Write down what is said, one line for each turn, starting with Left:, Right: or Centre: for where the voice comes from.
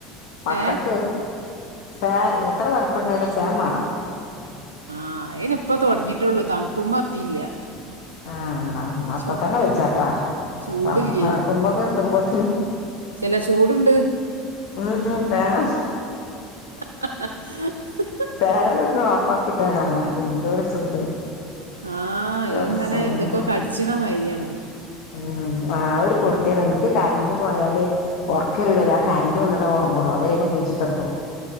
Left: മക്കക്ക്
Right: ഏ
Left: ഫാൻ എത്ര തണുപ്പുണ്ടേലും ഫാൻ വേണം
Right: മയ അയിനി ഇപ്പ തൊടങ്ങിട്ടുള്ളൂ തണുപ്പ എത്തിയില്ല
Left: ആഹ് എന്ന അപ്പ
Right: ചൂ
Left: തന്നെ വെച്ചാട്ടാ
Right: ചൂടില്ലേ
Left: ആഹ് തണുക്കുമ്പക്ക എത്തുമ്പോത്തിനും
Right: ചില ചൂടുണ്ട്
Left: ഉം ഫേൻ
Right: <unintelligible>
Left: ഫാൻ ഒന്ന് ഓഫ് ആക്കിട്ടാ കാണാ എന്തൊരു ചൂട്
Right: ആഹ്
Left: പടച്ചോനെ
Right: ഇങ്ങനെ എന്തൊക്കോ കടിച്ചണ മാരിയാണ്
Left: ഉം ആഹ് ഒരു പൊർതിയാണ് എനിക്ക് കറന്റ് പോയാല് ഒറക്ക് വരൂല ഞാൻ കറണ്ട് വന്നിട്ട് ഒറങ്ങൊള്ളൊ അത് വരെക്ക് ണീച്ചു കുത്ത്ർക്കും